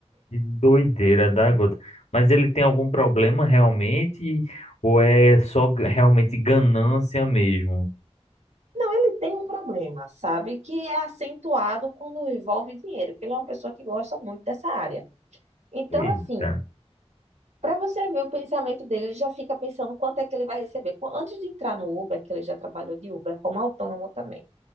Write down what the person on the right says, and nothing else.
Não, ele tem um problema, sabe? Que é acentuado quando envolve dinheiro, que ele é uma pessoa que gosta muito dessa área. Então,
assim, para você ver o pensamento dele, ele já fica pensando quanto é que ele vai receber. Qu- Antes de entrar no Uber, que ele já trabalhou de Uber como autônomo também,